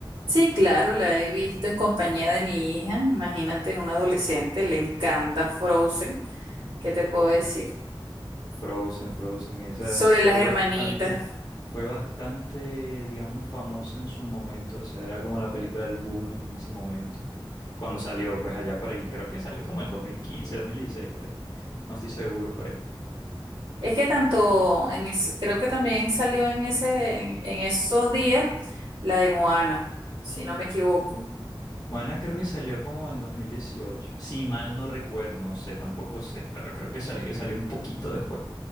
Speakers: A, on the right; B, on the left.
A: Sí, claro, la he visto en compañía de mi hija. Imagínate, un adolescente, le encanta Frozen. ¿Qué te puedo decir?
B: Frozen, Frozen, esa
A: Sobre
B: es-
A: las
B: fue
A: hermanitas.
B: bastante, fue bastante, digamos, famosa en su momento, o sea, era como la película del boom en ese momento, cuando salió, pues allá por ahí, creo que salió como el dos dos mil quince, dos mil dieciséis por ahí, no estoy seguro, por ahí.
A: Es que tanto, en es- creo que también salió en ese, en, en esos días la de Moana, si no me equivoco.
B: Moana creo que salió como en 2018. Si mal no recuerdo, no sé, tampoco sé, pero creo que sal- que salió un poquito después.